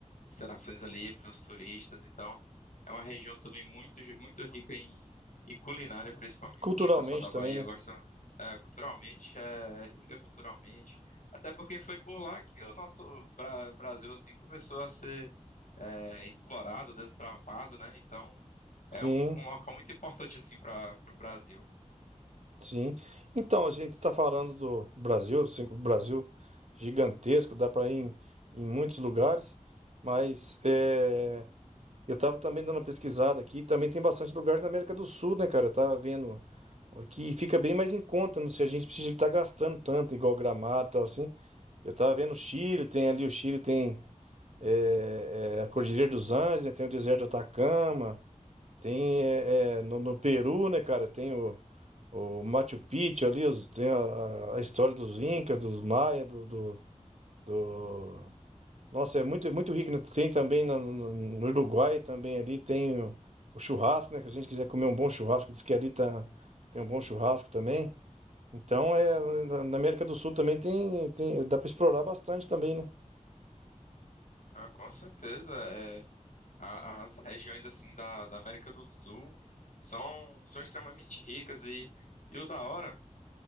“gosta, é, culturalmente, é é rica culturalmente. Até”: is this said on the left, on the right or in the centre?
Left